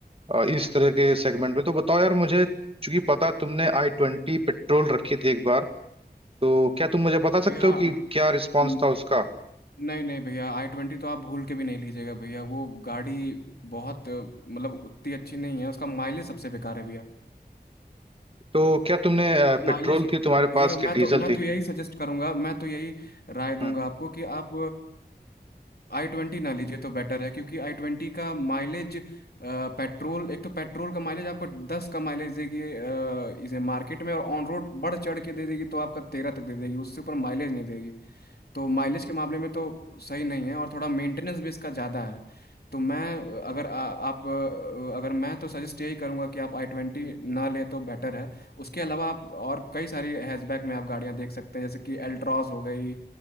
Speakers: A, on the right; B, on the left.
A: आ, इस तरह के सेगमेंट में तो बताओ यार मुझे चूंकि पता है तुमने आई ट्वेंटी पेट्रोल रखी थी एक बार तो क्या तुम मुझे बता सकते
B: भैया
A: हो कि क्या रिस्पॉन्स
B: न-
A: था उसका
B: नहीं नहीं भैया आई ट्वेंटी तो आप भूल के भी नहीं लीजिएगा भैया वो गाड़ी बहुत अ, मतलब उतनी अच्छी नहीं है उसका माइलेज सबसे बेकार है भैया
A: तो क्या तुमने अ,
B: माइलेज
A: पेट्रोल थी तुम्हारे
B: भैया
A: पास
B: मैं
A: कि
B: तो
A: डीजल
B: मैं
A: थी
B: तो यही सजेस्ट करूंगा मैं तो यही राय
A: हम्म
B: दूंगा आपको कि आप आई ट्वेंटी ना लीजिए तो बेटर है क्योंकि आई ट्वेंटी का माइलेज पेट्रोल एक तो पेट्रोल का माइलेज आपको दस का माइलेज देगी अ, इसे मार्केट में और ऑन रोड बढ़ चढ़ के दे देगी तो आपका तेरह तक दे देगी उससे ऊपर माइलेज नहीं देगी तो माइलेज के मामले में तो सही नहीं है और थोड़ा मेंटेनेंस भी इसका ज़्यादा है तो मैं अ, अगर आ, आप अ, अगर मैं तो सजेस्ट यही करूंगा कि आप आई ट्वेंटी ना लें तो बेटर है उसके अलावा आप और कई सारी हैचबैक में आप गाड़ियां देख सकते हैं जैसे कि एल्ट्रॉज हो गई